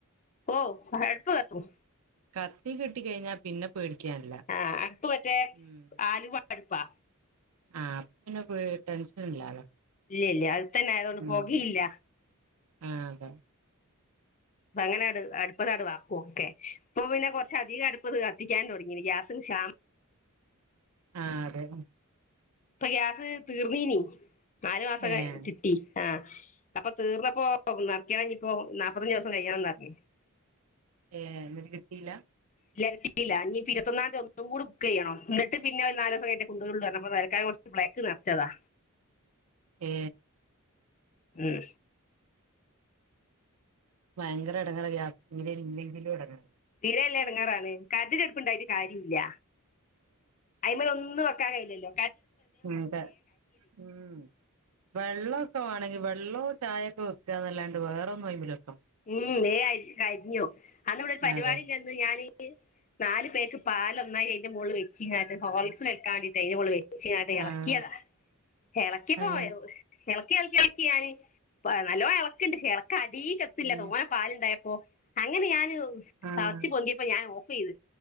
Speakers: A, on the left (about 35°); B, on the right (about 80°).
A: ഓ അടുപ്പ് കത്തും
B: കത്തികിട്ടി കഴിഞ്ഞാൽ പിന്നെ പേടിക്കാനില്ല
A: ആഹ് അടുപ്പ് മറ്റേ
B: ഉം
A: ആലുവ അടുപ്പാ
B: ആഹ അപ്പ പിന്നെ പേ ടെൻഷൻ ഇല്ലാലോ
A: ഇല്ല ഇല്ല തന്നെ ആയതോണ്ട്
B: ഉം
A: പൊകയില്ല
B: ആഹ് അതെ
A: അപ്പ അങ്ങനെങ്ങട് അടുപ്പതാടു വാർക്കും ഒക്കെ ഇപ്പോ പിന്നെ കുറച്ചധികം അടുപ്പത് എത്തിക്കാൻ തുടങ്ങിന് ഗ്യാസിന് ക്ഷാമം
B: ആ അതെ
A: ഇപ്പൊ ഗ്യാസ് തീർന്നീനി നാല് മാസം കഴിഞ്ഞ്
B: ഏഹ്
A: കിട്ടി ആഹ് അപ്പൊ തീർന്നപ്പോ നെർക്കണിനി ഇപ്പോ നാല്പ്പത്തഞ്ച് ദിവസം കഴിയണോന്ന് പറഞ്ഞ്
B: ഏ എന്നിട്ട് കിട്ടീയില്ല
A: ഇല്ല കിട്ടീല ഇനി ഇരുപത്തൊന്നാം തിയതി ഒന്നും കൂടി ബുക്ക് ചെയ്യണം എന്നിട്ട് പിന്നെ ഒരു നാല് ദിവസം കഴിഞ്ഞിട്ടേ കൊണ്ട് വരുള്ളൂ പറഞ്ഞു അപ്പൊ തല്ക്കാലം കുറച്ച് ബ്ലാക്ക് നിറച്ചതാ
B: ഏ
A: ഉം
B: ഭയങ്കര ഇടങ്ങേറ ഗ്യാസ് ഇല്ലെങ്കിലും ഇടങ്ങേ
A: തീരയില്ലേ ഇടങ്ങാറാണ് കരണ്ടിന്റെ അടുപ്പുണ്ടായിട്ട് കാര്യമില്ല അയ്മേൽ ഒന്ന് വെ കഴിഞ്ഞല്ലോ
B: അതെ മ് വെള്ളമൊക്കെ വേണമെങ്കിൽ വെള്ളം ചായൊക്കെ വെക്കാന്നല്ലാണ്ട് വേറെ ഒന്നും അയ് മല്
A: ഉം നേരായി കരിഞ്ഞു അന്നവിടൊരു പരിപാടിണ്ടായിരുന്നു
B: അതെ
A: ഞാൻ നാല് പേർക്ക് പാല് ഒന്നായി അതിന്റെ മുകളിൽ വെച്ചിങ്ങാട്ട് ഹോർലിക്സ് വെയ്ക്കാൻ വേണ്ടിട്ട് അതിന്റെ മോളിൽ ച്ചിങ്ങാണ്ട് ഇളക്കിയതാ
B: ആഹ്
A: ഇളക്കിപോയോ
B: ഏഹ്
A: ഇളക്കി ഇളക്കി ഇളക്കി ഞാന് നല്ലപോലെ ഇളക്കിണ്ട് ഇളക്കാൻ അടി ഇല്ല
B: ഉം
A: തോന പാലുണ്ടായപ്പോ അങ്ങനെ ഞാന്
B: ആഹ്
A: തെളച്ച് പൊന്തിയപ്പോ ഞാൻ ഓഫ് ഓഫ് ചെയ്ത്